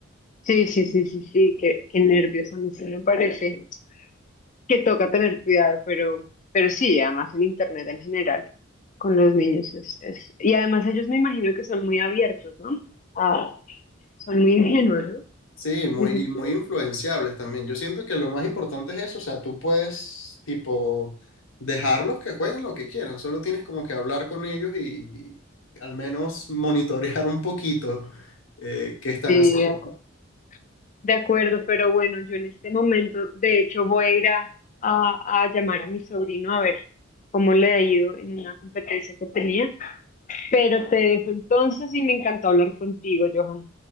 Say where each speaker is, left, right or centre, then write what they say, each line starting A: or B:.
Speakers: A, on the left; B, on the left.
A: Sí, sí, sí, sí, sí, qué, qué nervios a mí sí me parece. que toca tener cuidado, pero, pero sí, además en internet en general, con los niños es, es... Y además ellos me imagino que son muy abiertos, ¿no? Ah, son muy ingenuos, ¿no?
B: Sí, muy,
A: Dicen,
B: y muy
A: sí,
B: influenciables también. Yo siento que lo más importante es eso, o sea, tú puedes, tipo, dejarlos que jueguen lo que quieran, solo tienes como que hablar con ellos y, y al menos monitorear un poquito eh, qué están
A: sí,
B: haciendo.
A: de acuerdo. De acuerdo, pero bueno, yo en este momento, de hecho, voy a ir a, a, a llamar a mi sobrino a ver cómo le ha ido en una competencia que tenía, pero te dejo entonces y me encantó hablar contigo, Johan.